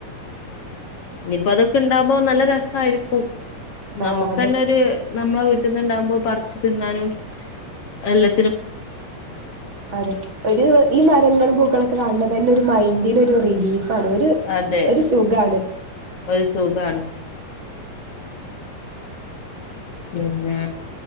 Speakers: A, on the left (about 55°); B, on the right (about 40°).
A: ഇനിപ്പോ അതൊക്കെ ഇണ്ടാവു മ്പോ നല്ല രസായിരിക്കും
B: ആഹ്
A: നമക്കന്നൊരു
B: അതെ
A: നമ്മള വീട്ടിന്നുണ്ടാകുമ്പോ പറിച്ച് തിന്നാനും എല്ലാ
B: അതെ ഒരു ഈ മരങ്ങളും പൂക്കളൊക്കെ കാണ ഇതന്നൊരു മൈൻഡിനൊരു റിലീഫ് ആണെ ഒരു
A: അതെ
B: ഒരു സുഖാണ്
A: ഒരു സുഖാണ് പിന്നെ